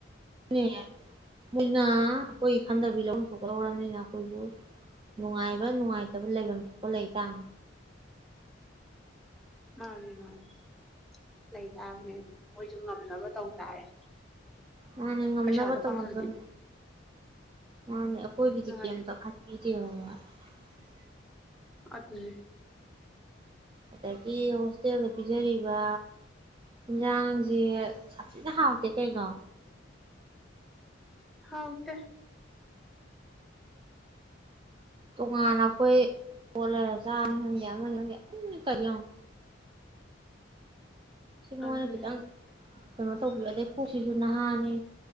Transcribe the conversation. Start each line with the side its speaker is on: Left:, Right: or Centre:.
Right: ꯅꯦ ꯃꯣꯏꯅ ꯑꯩꯈꯣꯏꯒꯤ ꯈꯟꯗꯕꯤ ꯂꯧꯐꯝ ꯊꯣꯛꯄ ꯂꯧꯔꯕꯅꯤꯅ ꯑꯩꯈꯣꯏꯁꯨ ꯅꯨꯡꯉꯥꯏꯕ ꯅꯨꯡꯉꯥꯏꯇꯕ ꯂꯩꯐꯝ ꯊꯣꯛꯄ ꯂꯩꯇꯕꯅꯤ
Centre: ꯃꯥꯅꯦ ꯃꯥꯅꯦ ꯂꯩ ꯇꯥꯕꯅꯦ ꯑꯗꯨ ꯃꯣꯏꯁꯨ ꯉꯝꯅꯕ ꯇꯧ ꯇꯥꯔꯦ
Right: ꯃꯥꯅꯦ ꯉꯝꯅꯕ
Centre: ꯄꯩꯁꯥꯗꯣ
Right: ꯇꯧꯖꯗꯧꯅꯦ
Centre: ꯄꯥꯝꯃꯗꯤ
Right: ꯃꯥꯅꯦ ꯑꯩꯈꯣꯏꯒꯤꯗꯤ
Centre: ꯃꯥꯅꯦ
Right: ꯀꯝꯇ ꯈꯟꯕꯤ <unintelligible>
Centre: ꯑꯗꯨꯅꯦ
Right: ꯑꯗꯒꯤ ꯍꯣꯁꯇꯦꯜꯗ ꯄꯤꯖꯔꯤꯕ ꯌꯦꯟꯁꯥꯡꯁꯦ ꯁꯥꯊꯤꯅ ꯍꯥꯎꯇꯦ ꯀꯩꯅꯣ
Centre: ꯍꯥꯎ ꯇꯦ
Right: ꯇꯣꯉꯥꯟꯅ ꯑꯩꯈꯣꯏ ꯄꯣꯠ ꯂꯩꯔ ꯆꯥꯕꯅꯤ ꯈꯪꯗꯦ ꯑꯃꯅꯤ ꯈꯪꯗꯦ ꯑꯗꯨꯝ ꯀꯔꯤꯌꯣꯡ ꯁꯤꯃ ꯉꯣꯟꯗ
Centre: ꯑꯗꯨꯅꯦ
Right: ꯈꯤꯇꯪ ꯀꯩꯅꯣ ꯇꯧꯕꯤꯌꯨ ꯑꯗꯩ ꯄꯨꯛꯁꯤꯁꯨ ꯅꯍꯥꯅꯤ